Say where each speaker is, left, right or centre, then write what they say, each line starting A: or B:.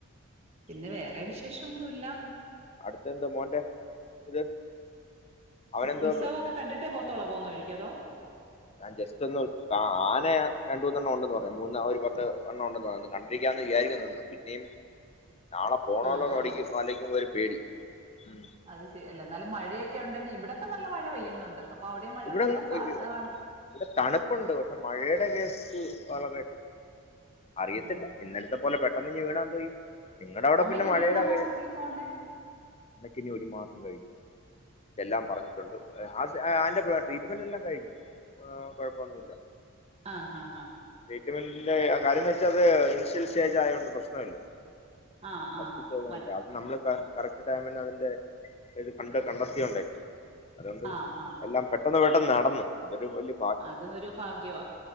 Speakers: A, on the right; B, on the left.
A: പിന്നെ വേറെ വിശേഷൊന്നു ഇല്ല
B: അടുത്ത് എന്താ മോന്റെ ഇത് അവനെന്തോ
A: ഉത്സവൊക്കെ കണ്ടിട്ടേ പോവത്തൊളോ പോവുന്ന വഴിക്ക് അതോ
B: ഞാൻ ജസ്റ്റ് ഒന്ന് ആന രണ്ട് മൂന്ന് എണ്ണം ഉണ്ടെന്ന് പറയുന്ന് മൂന്ന് ആഹ് ഒരു പത്ത് എണ്ണം ഉണ്ടെന്ന് പറയുന്നു കണ്ടിരിക്കാന്ന് വിചാരിക്കുന്നുണ്ട് പിന്നെയും നാളെ പോണല്ലോ
A: ആ ഹാ
B: നോടി ആലൊചിക്കുമ്പോൾ ഒരു പേടി ഉം
A: അത് ശരി എന്നാലും മഴയൊക്കെ ഉണ്ടെങ്കി ഇവിടൊക്കെ നല്ല മഴ പെയ്യുന്നുണ്ട് അപ്പൊ അവിടെ മഴ
B: ഇവിടെ
A: പെയ്യാൻ സാധ്യത
B: ഇവിടെ
A: കാണും
B: തണുപ്പുണ്ട് പക്ഷെ മഴയുടെ കേസ് വളരെ അറിയത്തില്ല
A: ഉം.
B: ഇന്നലത്തെ പോലെ പെട്ടെന്ന് ഇങ്ങ്‌ വീണാ എന്തോ ചെയ്യും നിങ്ങളുടെ അവിടെ
A: അമ്മയ്ക്ക്
B: പിന്നെ
A: ഇനി
B: മഴയുടെ
A: എന്നാ ഹോസ്പിറ്റലിൽ
B: <unintelligible>
A: പോണ്ടേ
B: <unintelligible> ഒരു മാസം കഴിയും എല്ലാം പറഞ്ഞിട്ടുണ്ട് അതിന്റെ ട്രീറ്റ്മെന്റ് എല്ലാം കഴിഞ്ഞു കുഴപ്പമൊന്നുമില്ല
A: ആഹ് ആഹ് ആഹ്
B: ട്രീറ്റ്മെന്റിന്റെ ആ കാര്യം എന്ന് വെച്ചാ അത് ഇനിഷ്യൽ സ്റ്റേജ് ആയത് കൊണ്ട് പ്രശനമില്ല
A: ആ
B: ഫസ്റ്റ്
A: ആ
B: സ്റ്റേജ
A: മറ്റ്
B: <unintelligible> നമ്മള് ഇപ്പ കറക്ട് ടൈമിന് അതിന്റെ ഇത് കണ്ട് കണ്ടെത്തിയോണ്ടേ അതുകൊണ്ട്
A: ആ ഹാ
B: എല്ലാം പെട്ടെന്ന് പെട്ടെന്ന് നടന്നു അതൊരു വലിയ
A: അത് ഒരു ഭാഗ്യവാ